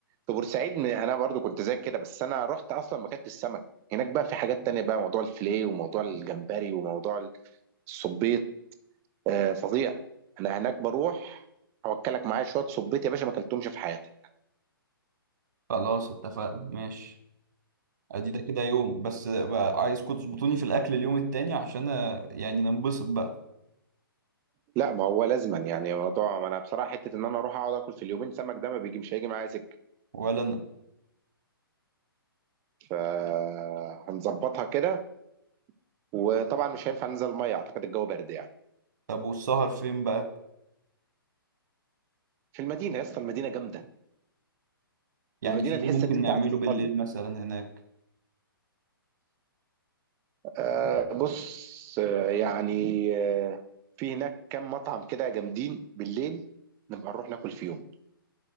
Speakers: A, on the right (about 20°); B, on the right (about 50°).
A: في بورسعيد م- أنا برضو كنت زيك كده بس أنا رحت أصلا ما كانت السمك هناك بقى في حاجات تانية بقى موضوع الفيليه وموضوع الجمبري وموضوع الصبيط آه، فظيع أنا هناك بروح أوكلك معايا شوية صبيط يا باشا ما أكلتهمش في حياتي
B: خلاص اتفقنا ماشي ادي ده كده يوم بس بقى عايزكم تظبطوني في الاكل اليوم التاني عشان أ- يعني ننبسط بقى
A: لا ما هو لازما يعني موضوع ما انا بصراحه حته ان انا اروح اقعد اكل في اليومين سمك ده ما بيجي مش هيجي معايا سكه
B: ولا انا
A: فهنظبطها كده وطبعا مش هينفع ننزل الميه اعتقد الجو برد يعني
B: طب والسهر فين بقى
A: في المدينه يا اسطى المدينه جامده
B: يعني
A: المدينه
B: في ايه
A: تحس
B: ممكن
A: ان انت
B: نعمله
A: قاعد في ايطاليا
B: بالليل مثلا هناك
A: آه بص آه يعني آه في هناك كام مطعم كده جامدين بالليل نبقى نروح ناكل فيهم